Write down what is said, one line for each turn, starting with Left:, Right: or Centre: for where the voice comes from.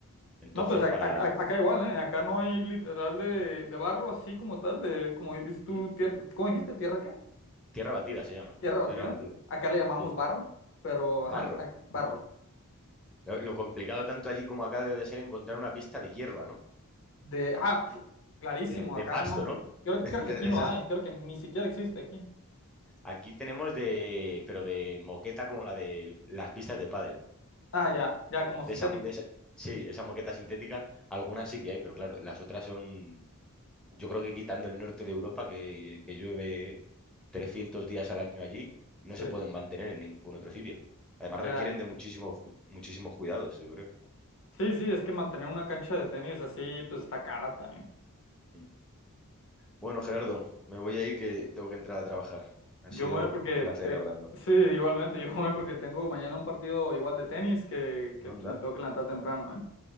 Centre: Entonces,
Left: No, pues ac-
Centre: para...
Left: ac- ac- acá igual, ¿eh? Acá no hay literal de, de barro así como tal, de, como dices tú,
Centre: ¿Mm?
Left: tierra, ¿cómo dijiste? ¿Tierra qué?
Centre: Tierra batida se llama,
Left: ¿Tierra batida?
Centre: tierra batida,
Left: Acá le llamamos
Centre: sí.
Left: barro, pero,
Centre: Barro.
Left: ajá, a-
Centre: <laughs>
Left: barro.
Centre: Lo, lo complicado tanto allí como acá debe de ser encontrar una pista de hierba, ¿no?
Left: De, ah, clarísimo,
Centre: De, de
Left: acá
Centre: pasto,
Left: no,
Centre: ¿no? <laughs>
Left: creo,
Centre: De,
Left: creo que aquí
Centre: de
Left: no
Centre: esas...
Left: hay, creo que ni siquiera existe aquí.
Centre: Aquí tenemos de... pero de moqueta como la de las pistas de pádel.
Left: Ah, ya, ya, como
Centre: De
Left: sintético.
Centre: esa, de esa- sí, esa moqueta sintética, algunas sí que hay, pero claro, las otras son, yo creo que quitando el norte de Europa, que, que llueve 300 días al año allí, no
Left: Sí,
Centre: se pueden mantener en ningún otro sitio. Además
Left: ya.
Centre: requieren de muchísimos, muchísimos cuidados, yo creo.
Left: Sí, sí, es que mantener una cancha de tenis así, pues está cara también.
Centre: Mm. Bueno, Gerardo, me voy a ir que tengo que entrar a trabajar. Ha
Left: Yo
Centre: sido
Left: me voy porque
Centre: un placer
Left: te...
Centre: hablando.
Left: Sí, igualmente, <laughs> yo me voy
Centre: <laughs>
Left: porque tengo mañana un partido igual de tenis que, que
Centre: Anda,
Left: pues, me tengo que levantar temprano, ¿eh?